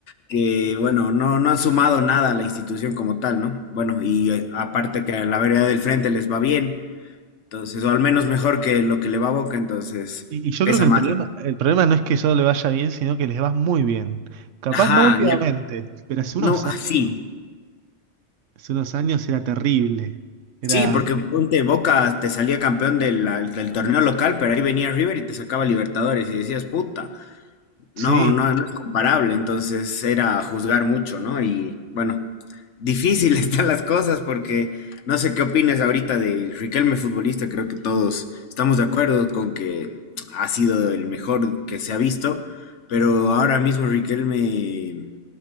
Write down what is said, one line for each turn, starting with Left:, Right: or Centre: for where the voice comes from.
Left: que, bueno, no, no han sumado nada a la institución como tal, ¿no? Bueno, y eh, aparte que a la vereda del frente les va bien, Entonces, o al menos mejor que lo que le va a Boca, entonces
Right: Y, y yo
Left: pesa
Right: creo que
Left: más,
Right: el problema,
Left: ¿no?
Right: el problema no es que yo le vaya bien, sino que les va muy bien. Capaz
Left: Ajá,
Right: no últimamente,
Left: ya.
Right: pero hace unos
Left: No, ah,
Right: años,
Left: sí.
Right: hace unos años era terrible.
Left: Sí,
Right: Era,
Left: porque ponte Boca te salía campeón de la- del torneo local, pero ahí venía River y te sacaba Libertadores y decías, puta, no,
Right: sí.
Left: no, no es comparable. Entonces era juzgar mucho, ¿no? Y bueno, difícil <laughs> están las cosas porque no sé qué opinas ahorita de Riquelme futbolista, creo que todos estamos de acuerdo con que ha sido el mejor que se ha visto, pero ahora mismo Riquelme